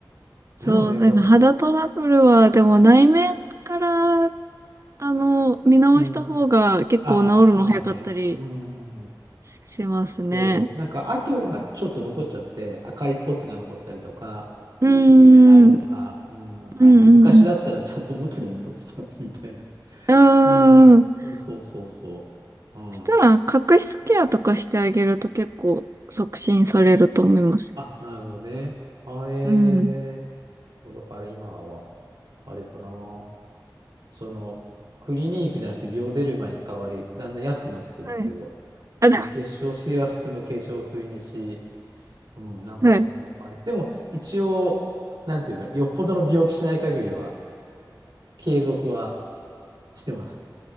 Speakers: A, on the right (about 40°); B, on the right (about 70°).
A: そう、
B: だよね。
A: なんか肌トラブルは、
B: だ、
A: でも内面から、あの、見直した方が結構治るの早かったり
B: うん。あ、まあね。うん。
A: しますね。
B: そう。なんかあとはちょっと残っちゃって赤いポツが残ったりとか、
A: うーん。
B: シミがなるとか、
A: うん
B: うん。あの、
A: うん
B: 昔だったらちゃんと元に戻ってたみたいな。
A: うん。
B: うん。
A: ああ。
B: そうそうそうそう。うん。
A: したら、角質ケアとかしてあげると結構促進されると思います。
B: あ、なるほどね。あえ
A: うん。
B: ー、だから今は、あれかな。その、クリニークじゃなくてビオデルマに変わり、だんだん安くなってくるんですけど、
A: はい。あ、で
B: で、化粧水は普通の化粧水にし、うん、なんかそんな感じ。
A: はい。
B: でも、一応、なんていうの、よっぽどの病気しない限りは、継続はしてます。